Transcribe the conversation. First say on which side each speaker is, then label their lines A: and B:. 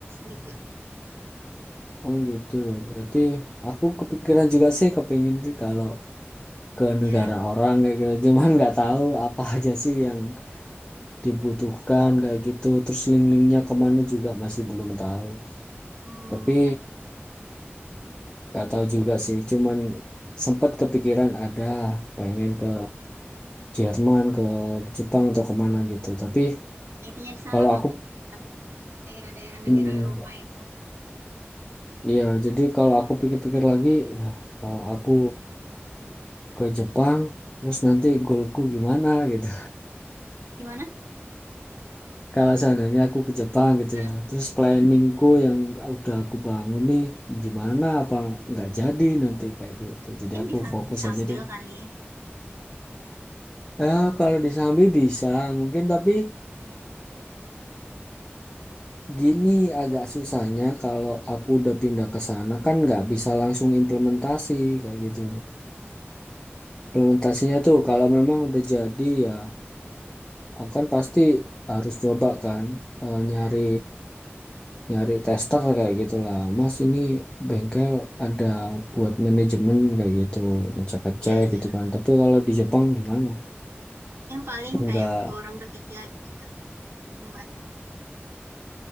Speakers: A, on the right; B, on the left.
A: juga
B: Oh gitu ya. Berarti aku kepikiran juga sih kepingin sih kalau ke negara
A: ya
B: orang kayak gitu. Cuman nggak tahu apa aja sih yang dibutuhkan kayak gitu. Terus link-linknya kemana juga masih belum tahu.
A: hmm,
B: Tapi
A: ya
B: nggak tahu juga sih. Cuman sempat kepikiran ada pengen ke Jerman, ke Jepang atau kemana gitu. Tapi
A: IT-nya di sana
B: kalau
A: kan bagus
B: aku,
A: kan daerah-daerah negara
B: mm,
A: Eropa itu
B: iya. Jadi kalau aku pikir-pikir lagi, ya, kalau aku ke Jepang, terus nanti goalku gimana gitu.
A: gimana
B: Kalau seandainya aku ke Jepang gitu
A: Eh,
B: ya, terus planningku yang udah aku bangun nih gimana apa nggak jadi nanti kayak gitu. Jadi
A: mungkin
B: aku
A: bisa
B: fokus
A: disambil
B: aja deh.
A: kali
B: Eh, kalau di Sambi bisa mungkin tapi gini agak susahnya kalau aku udah pindah ke sana kan nggak bisa langsung implementasi kayak gitu. Implementasinya tuh kalau memang udah jadi ya aku kan pasti harus coba kan eh, nyari
A: hmm,
B: nyari tester kayak gitulah mas ini bengkel ada buat manajemen kayak gitu ngecek-ngecek
A: iya iya
B: gitu kan tapi kalau di Jepang gimana
A: mungkin paling
B: enggak
A: kayak butuh orang ketiga gitu kan untuk membantu